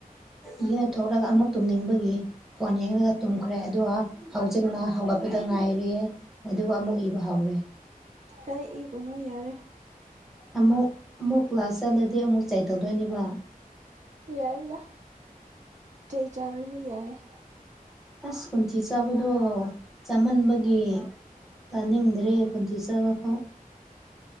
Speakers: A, in the centre; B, on the right.
A: ꯌꯦꯟ ꯂꯧꯊꯣꯛꯂꯒ ꯑꯃꯨꯛ ꯇꯨꯝꯅꯤꯡꯕꯒꯤ ꯐꯣꯟ ꯌꯦꯡꯂꯒ ꯇꯨꯝꯈ꯭ꯔꯦ
B: ꯎꯝ
A: ꯑꯗꯨꯒ ꯍꯧꯖꯤꯛꯅ ꯍꯧꯒꯠꯄꯗ ꯉꯥꯏꯔꯤꯌꯦ ꯑꯗꯨꯒ ꯑꯃꯨꯛ ꯏꯕ ꯍꯧꯔꯦ
B: ꯍꯦ ꯏ ꯀꯅꯨ ꯌꯔꯦ꯫
A: ꯑꯃꯨꯛ ꯑꯃꯨꯛ ꯀ꯭ꯂꯥꯁ ꯆꯠꯂꯗꯤ ꯑꯃꯨꯛ ꯆꯥꯏ ꯇꯧꯗꯣꯏꯅꯦꯕ
B: ꯌꯥꯏꯔꯗ ꯆꯩ ꯆꯔꯁꯨ ꯌꯥꯏꯌꯦ꯫
A: ꯑꯁ ꯈꯣꯟꯊꯤ ꯆꯥꯕꯗꯣ ꯆꯥꯃꯟꯕꯒꯤ ꯇꯥꯅꯤꯡꯗ꯭ꯔꯦ ꯈꯣꯟꯊꯤ ꯆꯥꯕ ꯐꯥꯎ